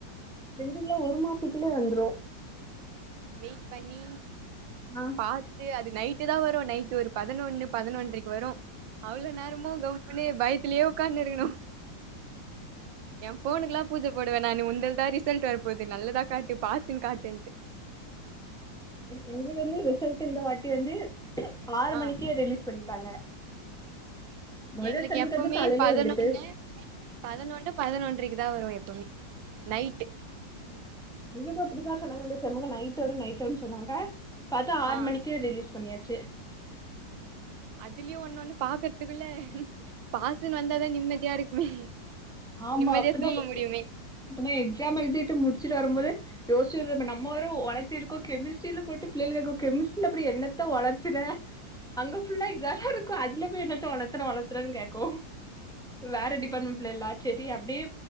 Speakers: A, in the centre; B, on the right (about 80°).
A: எங்கல்லாம் ஒரு மாசத்துலயே வந்துரும்
B: வெயிட் பண்ணி
A: ஆ
B: பாத்து அது நைட்டு தான் வரும் நைட்டு ஒரு பதினொன்னு பதினொன்ரைக்கு வரும் அவ்வளோ நேரமு கவ உனே பயத்தலயே உக்காந்து இருக்கணும் என் ஃபோனுக்குல்லாம் பூஜ போடுவேன் நானு உந்தல தான் ரிசல்ட் வர போது நல்லதா காட்டு பாசுன்னு காட்டுன்ட்டு
A: எங்களுக்கு வந்து ரிசல்ட் இந்த வாட்டி வந்து ஆறு
B: ஆ
A: மணிக்கே ரிலீஸ் பண்ண டாங்க மொத
B: எங்களுக்கு
A: செம்க்கு
B: எப்பவுமே
A: வந்து காலேலயே
B: பதினொன்னு
A: வந்துட்டு
B: பதினொன்னு பதினொன்றைக்கு தான் வரும் எப்பவுமே நைட்டு
A: எங்களுக்கு இப்படித்தான் சொன்னாங்க இந்த செம்க்கு நைட் ஓட நைட் வரும்னு சொன்னாங்க பாத்தா ஆறு
B: ஆ
A: மணிக்கு ரிலீஸ் பண்ணியாச்சு
B: அதுல்யு ஒன்னு ஒண்ணு பாக்கறதுக்குள்ள பாசல் வந்தாதான் நிம்மதியா இருக்குமே
A: ஆமான
B: நிம்மதியா
A: பின்ன
B: தூங்க முடியுமே
A: பின்ன எக்ஸாம் எழுதிட்டு முடிச்சிட்டு வரும்போது யோசிச்ச நம்மரும் ஒலப்பிருக்கோ கெமிஸ்ட்ரில போட்டு பள்ளைகளுக்கு கெமிஸ்ட்ரியில அப்படி என்னத்த ஓலப்புற அங்க ஃபுல்லா இததா இருக்கும் அதுல போய் என்னத்த ஒளத்னா ஒளத்னான்னு கேக்கும் வேற டிபார்ட்மெண்ட் ப்ள்ள இல்ல சரி அப்படியே